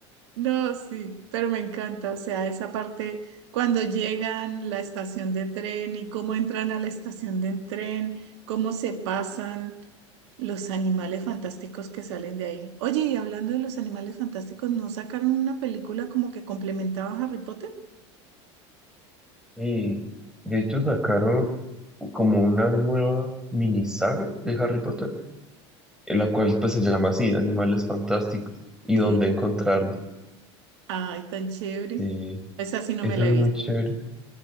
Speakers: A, on the right; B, in the centre.
A: no, sí, pero me encanta. O sea, esa parte cuando llegan a la estación de tren y cómo entran a la estación de tren, cómo se pasan los animales fantásticos que salen de ahí. Oye, y hablando de los animales fantásticos, ¿no sacaron una película como que complementaba a Harry Potter?
B: Y de hecho sacaron como una nueva mini saga de Harry Potter, en la cual pues se llama así, Animales Fantásticos, y
A: Que,
B: donde encontrarlos.
A: ay, tan chévere.
B: Sí,
A: Esa sí no
B: eso
A: me la
B: es
A: he
B: muy
A: visto.
B: chévere.